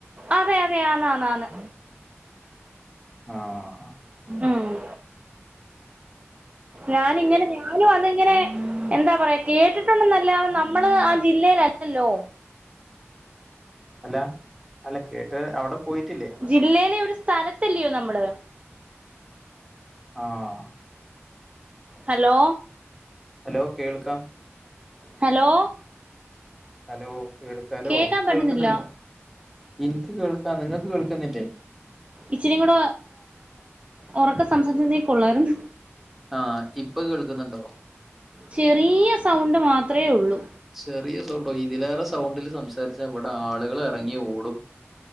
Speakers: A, on the right; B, in the centre.
A: അതെ അതെ ആന്ന് ആന്ന് ആന്ന്
B: ആഹ്
A: ഉമ് ഞാനിങ്ങനെ
B: ഓക്കെ
A: ഞാനും അതിങ്ങനെ എന്താ പറയാ കേട്ടിട്ടുണ്ടെന്നല്ലത് നമ്മള് ആഹ് ജില്ലയിലല്ലല്ലോ
B: അല്ല അല്ല കേട്ട് അവിടെ പോയിട്ടില്ലേ
A: ജില്ലയിലെ ഒരു സ്ഥലത്തല്ലയോ നമ്മള്
B: ആഹ്
A: ഹലോ
B: ഹലോ കേൾക്കാം
A: ഹലോ
B: ഹലോ കേൾക്കലോ
A: കേക്കാൻ
B: കേൾക്കുന്നില്ലേ
A: പറ്റുന്നില്ല
B: എനിക്ക് കേൾക്കാ നിങ്ങക്ക് കേൾക്കുന്നില്ലേ
A: ഇച്ചരി കൂടെ ഉറക്കെ സംസാരിച്ചുന്നേ കൊള്ളായിരുന്നു
B: ആഹ് ഇപ്പൊ കേൾക്കുന്നുണ്ടോ
A: ചെറിയ സൗണ്ട് മാത്ര ഉള്ളൂ
B: ചെറിയ സൗണ്ടോ ഇതിലേറെ സൗണ്ടിൽ സംസാരിച്ച ഇവിടെ ആളുകൾ ഇറങ്ങി ഓടും